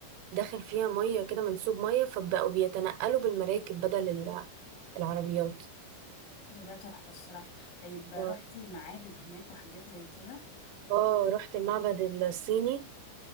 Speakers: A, on the right; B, on the left.
A: داخل فيها مية كده منسوب مية فبقوا بيتنقلوا بالمراكب بدل ال- العربيات
B: ده, ده تحفه الصراحه طيب رحتي
A: اه
B: معابد هناك وحاجات زي كده
A: اه رحت المعبد الصيني